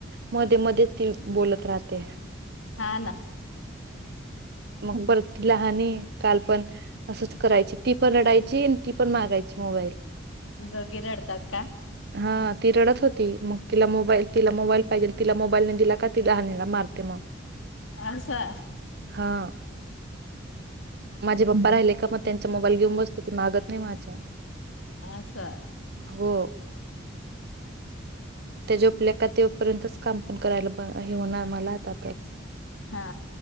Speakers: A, on the right (about 55°); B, on the left (about 75°).
A: मध्ये मध्ये ती बोलत राहते
B: हा ना
A: मग बर लहान आहे कालपण असं करायची ती पण रडायची आणि ती पण मागायची ची मोबाईल
B: दोघे रडतात का
A: हा ती रडत होती मग तिला मोबाईल तिला मोबाईल पाहिजे तिला मोबाईल न दिला का ति लहान ल मारते मग
B: असा
A: हा माझे पप्पा राहिले का मग त्यांचा मोबाईल घेऊन बसतो की मागत नाही माझा
B: असा
A: हो त्या झोपल्या का तेपर्यंतच काम पण करायला हे होणार मला आता तरच
B: हा